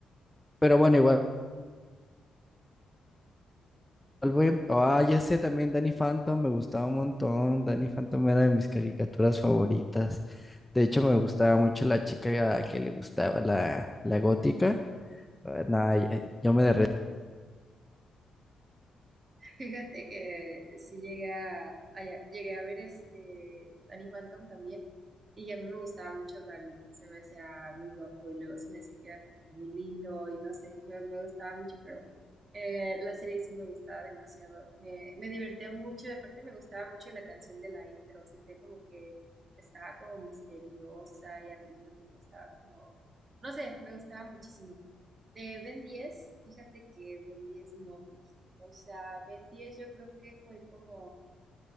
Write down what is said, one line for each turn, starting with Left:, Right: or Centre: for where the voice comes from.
Centre: Pero bueno, igual. Salve. Ah, ya sé, también Danny Phantom me gustaba un montón. Danny Phantom era de mis caricaturas favoritas. De hecho, me gustaba mucho la chica que le gustaba, la, la gótica. Ah, Nada, ya- yo me...
Right: Fíjate que sí llega, a- llegué a ver este Danny Phantom también y a mí me gustaba mucho Danny, se me hacía muy guapo y luego se me hacía que era como muy lindo y no sé, me, me gustaba mucho, pero eh, la serie sí me gustaba demasiado, me, me divertía mucho y aparte me gustaba mucho la canción de la intro, sentía como que estaba como misteriosa y al mismo tiempo estaba como, no sé, me gustaba muchísimo. De Ben 10, fíjate que Ben 10 no vi. O sea, Ben 10 yo creo que fue como,